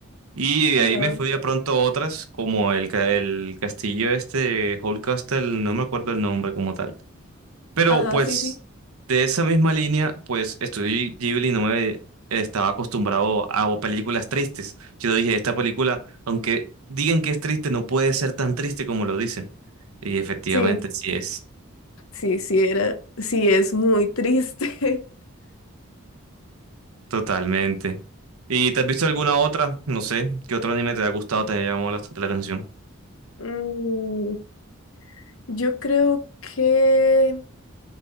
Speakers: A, on the right (about 85°); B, on the left (about 75°).
A: Y
B: Ajá,
A: de ahí me fui de pronto a otras, como el, ca- el castillo este, Hall Castle, no me acuerdo el nombre como tal. Pero
B: ajá,
A: pues
B: sí, sí.
A: de esa misma línea, pues Estudio Ghibli no me estaba acostumbrado a o películas tristes. Yo dije, esta película, aunque digan que es triste, no puede ser tan triste como lo dicen. Y efectivamente
B: Sí,
A: sí es,
B: sí, sí, era, sí, es muy triste. <laughs>
A: totalmente. ¿Y te has visto alguna otra? No sé, ¿qué otro anime te ha gustado, te ha llamado bastante la atención?
B: Mm, yo creo que...